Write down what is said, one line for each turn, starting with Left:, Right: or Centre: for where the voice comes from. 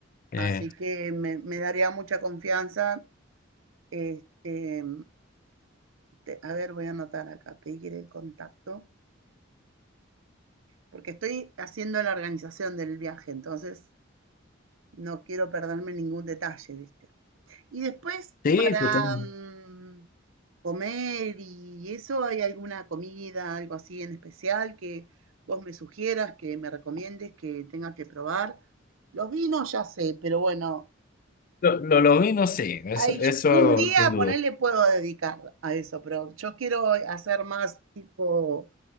Left: Eh,
Right: Así que me, me daría mucha confianza. Este, te- a ver, voy a anotar acá, pedir el contacto. porque estoy haciendo la organización del viaje, entonces no quiero perderme ningún detalle, ¿viste? Y después
Left: sí,
Right: para
Left: totalmente.
Right: mm, comer y eso, ¿hay alguna comida, algo así en especial que vos me sugieras, que me recomiendes, que tenga que probar? Los vinos ya sé, pero bueno,
Left: Lo, lo, lo vi, no sé, eso,
Right: hay,
Left: eso
Right: un día
Left: sin duda.
Right: ponerle puedo dedicar a eso, pero yo quiero hacer más tipo